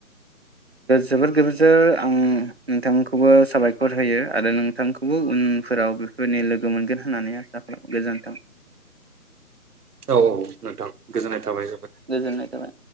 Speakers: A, on the right; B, on the right.
A: जोबोर गोबजोर आं नोंथांखौबो साबायखर होयो आरो नोंथांखौबो उनफोराव बेफोरबायदि लोगो मोनगोन होननानै आसा खालाम गोजोन्थों।
B: औ औ नोंथां गोजोननाय थाबाय। जोबोद
A: गोजोननाय थाबाय।